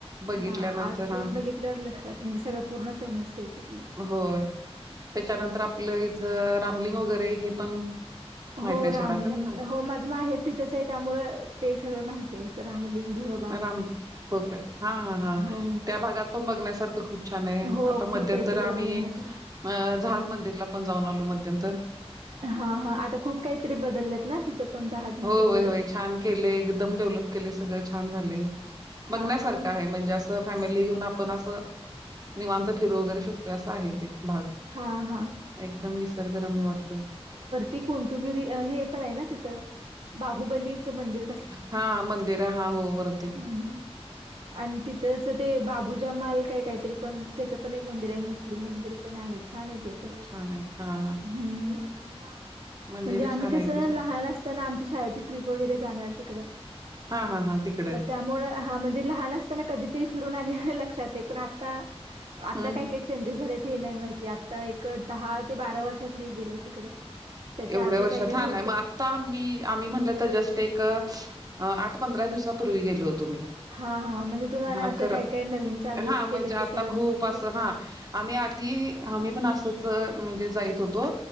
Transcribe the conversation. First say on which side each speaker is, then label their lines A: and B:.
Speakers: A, on the right; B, on the right.
A: बघितल्यानंतर
B: हा... आत जाऊन
A: हा
B: बघितल्यावर... लक्षात... म्हणजे सगळं पूर्ण समजतय तिथलं.
A: होय. त्याच्यानंतर आपलं इथं... रामलिंग वगैरे हे पण
B: हो...
A: माहित आहे
B: रामलिंग
A: सोडा खरा
B: हो... माझं माहेर तिथंच ए... त्यामुळं... ते सगळं माहितीए... असं रामलिंग... धुळं
A: राम... हो का? हा हा हा...
B: हो
A: त्या भागात पण बघण्यासारखं खूप छान ए...
B: हो हो
A: आता
B: खूप
A: मध्य
B: आहे
A: तर
B: तिकडे
A: आम्ही...
B: बघण्यासार
A: अं... जहाज मंदिरला पण जाऊन आलो मध्यंतर
B: हा हा... आता खूप काहीतरी बदललेत ना? तिथं पण जहाज
A: हो...
B: मंदिरमध्ये
A: होय होय... छान केले... एकदम डेव्हलप केलेय सगळं.. छान झालय
B: हा
A: बघण्यासारखं
B: हा
A: आहे... म्हणजे असं... फॅमिली घेऊन आपण असं निवांत फिरू वगैरे शकतोय असं आहे... ते भाग...
B: हा हा हा
A: एकदम निसर्गरम्य वाटतोय.
B: ती कोणतुगिरी... हे पण हाये ना तिथं... बाहुबलीचं मंदिर.
A: हा मंदिर... हा... हो वर
B: हूं हूं... आणि तिथंच ते बाबु जमाल काय काहीतरी पण... त्याचं पण एक मंदिर हे मुस्लिम मंदिर. पण आहे... छान आहे... ते पण..
A: छान आहे हा
B: हम्म म्हणजे
A: मंदिर
B: आम्ही
A: छान
B: कसं...
A: आहे ते पण
B: लहान असताना आमच्या शाळेची ट्रिप वगैरे जाणार तिकड
A: हा हा हा... तिकडं.
B: त्यामुळं... हा... म्हणजे लहान असताना... कधीतरी फिरून आलेलं लक्षात ए... पण आता? आता
A: हम्म
B: काय काय चेंजेस झालेत... हे नाही माहिती... आता एक... दहा ते बारा वर्षातनं गेलो तिकडं. त्याच्या
A: एवढ्या
B: आधी
A: वर्षात...
B: काय काय
A: हा
B: होतं
A: नाही <unintelligible> आता आम्ही... आम्ही म्हटलं तर जस्ट एक... आठ पंधरा दिवसापूर्वी... गेलो होतो मी
B: हां हां म्हणजे तुम्हाला
A: हा
B: आता
A: खरं...
B: काय काय नवीन चालू
A: हा म्हणजे
B: केले
A: आता
B: ते सगळं
A: खूप
B: माहिती
A: असं
B: बघा.
A: हा आम्ही आधी... आम्ही पण असंच... म्हणजे जायच होतो..